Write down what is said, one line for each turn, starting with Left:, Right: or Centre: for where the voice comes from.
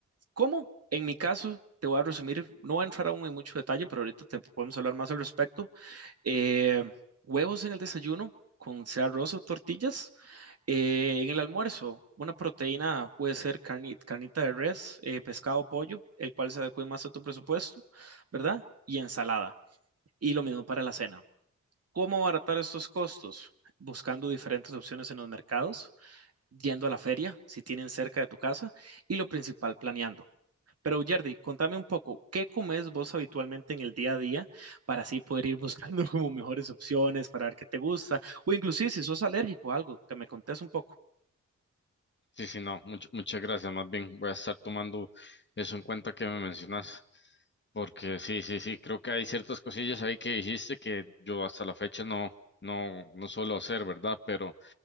Right: ¿Cómo? En mi caso, te voy a resumir, no voy a entrar aún en mucho detalle, pero ahorita te podemos hablar más al respecto. Eh, huevos en el desayuno con sea arroz o tortillas. Eh, en el almuerzo, una proteína puede ser carni- carnita de res, eh, pescado, pollo, el cual se adecue más a tu presupuesto, ¿verdad? Y ensalada. Y lo mismo para la cena. ¿Cómo abaratar estos costos? Buscando diferentes opciones en los mercados, yendo a la feria, si tienen cerca de tu casa, y lo principal, planeando. Pero Yerdy, contame un poco, ¿qué comes vos habitualmente en el día a día para así poder ir buscando <laughs> como mejores opciones, para ver qué te gusta? O inclusive si sos alérgico a algo, que me contés un poco.
Left: Sí, sí, no, much- muchas gracias. Más bien voy a estar tomando eso en cuenta que me mencionas, porque sí, sí, sí, creo que hay ciertas cosillas ahí que dijiste que yo hasta la fecha no, no, no suelo hacer, ¿verdad? Pero